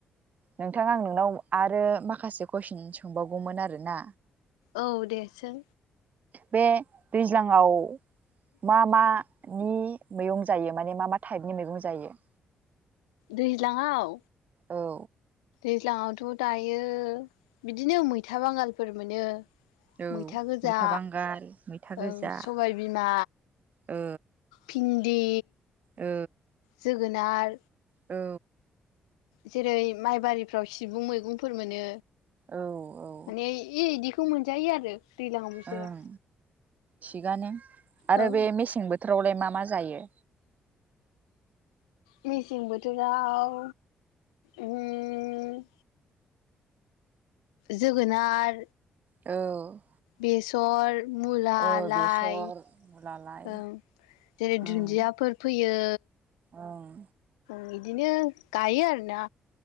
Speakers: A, on the right; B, on the left.
A: नोंथां आं नोंनाव आरो माखासे कुइसन सोंबावगौमोन आरोना
B: औ दे सों
A: बे दैज्लांआव मा मानि मैगं जायो माने मा मा टाइपनि मैगं जायो।
B: दैज्लाङाआव
A: औ
B: दैज्लाङावथ' दायो बिदिनो मैथा बांगालफोर मोनो।
A: औ
B: मैथा गोजा
A: बांगाल मैथा गोजा
B: ओं सबायबिमा
A: ओ
B: पिन्दि
A: ओ
B: जोगोनार
A: औ
B: जेरै माइबारिफ्राव सिबुं मैगंफोर मोनो।
A: औ औ
B: माने इदिखौ मोनजायो आरो दैज्लां बोथोराव
A: ओं थिगानो आरो
B: औ
A: बे मेसें बोथोरावलाय मा मा जायो?
B: मेसें बोथोराव उम जोगोनार
A: औ
B: बेसर मुला,
A: औ
B: लाइ
A: बेसर मुला लाइ
B: ओं जेरै दुन्दियाफोर
A: ओं
B: फो फोयो।
A: ओं
B: बिदिनो गायो आरोना